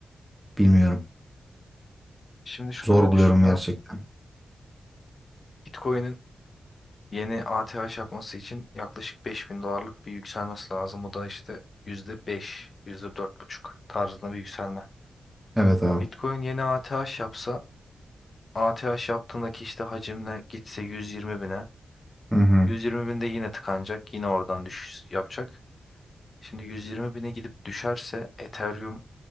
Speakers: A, in the centre; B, on the left.
A: bilmiyorum.
B: Şimdi şöyle
A: Zor buluyorum
B: düşünüyorum.
A: gerçekten.
B: Bitcoin'in yeni ATH yapması için yaklaşık 5000 dolarlık bir yükselmesi lazım. Bu da işte yüzde yüzde beş, yüzde dört buçuk tarzında bir yükselme.
A: Evet abi.
B: Bitcoin yeni ATH yapsa A T ATH yaptığındaki işte hacimle gitse 120 bine.
A: Hı hı.
B: 120 binde yine tıkanacak. Yine oradan düşüş yapacak. Şimdi 120 bine gidip düşerse Ethereum